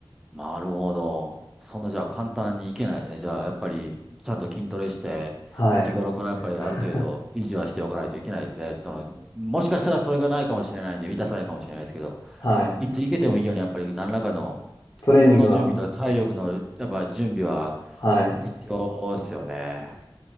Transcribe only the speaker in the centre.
なるほど。そんなじゃあ簡単にいけないですね。じゃあやっぱりちゃんと筋トレして、
日頃からやっぱりある程度維持はしておかないといけないですね。
その、もしかしたらそれがないかもしれないんで、満たさないかもしれないですけど、
いついけてもいいようにやっぱり何らかの心の準備と体力のやっぱ準備は
必要ですよね。